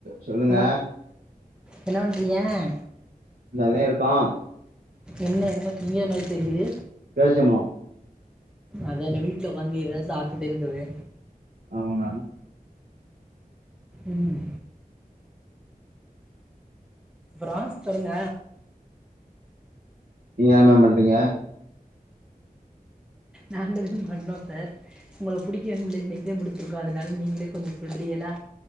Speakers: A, on the right; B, in the centre.
A: சொல்லுங்க
B: ஹலோ என்ன பண்றீங்க <inaudible>
A: இதானே இருக்கோ
B: என்ன என்னமோ திங்கிர மாதிரி தெரியுது
A: பேர்ச்சம்பளம்
B: அதென்ன வி வீட்ல உக்காந்துட்டு இதுதான் சாப்டுட்டு இருக்குவே
A: ஆமா மேம்
B: உம் பிரான்ஸ் தெர்ல
A: நீங்க என்ன மேம் பண்றீங்க
B: நாங்களும் பண்ணோம் சார் உங்களை புடிக்கவே முடியல இன்னக்கிதா புடிச்சுருக்கோம் அதனால நீங்களே கொஞ்சம் சொல்றீயலா